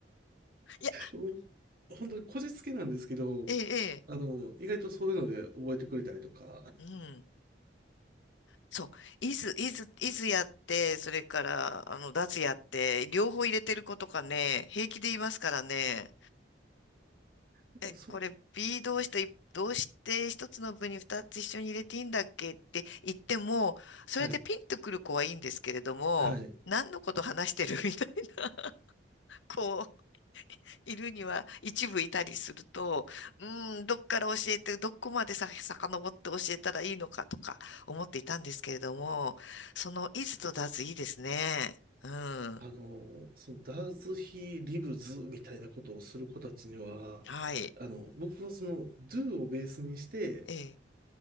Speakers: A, on the left (about 80°); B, on the right (about 50°).
A: いや、
B: うお本当にこじつけなんですけど、
A: ええ、
B: あの、意外とそういうので覚えてくれたりとか、
A: ええ。うん。そう。イズ、イズ、イズやって、それから、あの、ダズやって、両方入れてる子とかね、平気で言いますからね。
B: だからそこ、
A: え、これ B 動詞といどうして一つの部に二つ一緒に入れていいんだっけって言っても、それでピンとくる子はいいんですけれども、
B: はい、はい。
A: 何のこと話してるみたいな、こう。いるには一部いたりすると、うーん、どっから教えて、どこまでさ、遡って教えたらいいのかとか思っていたんですけれども、その、いズとだずいいですね。うん。
B: あの、そのダーズ・ヒー・リブズみたいなことをする子たちには、
A: はい。
B: あの、僕はその Do をベースにして
A: ええ、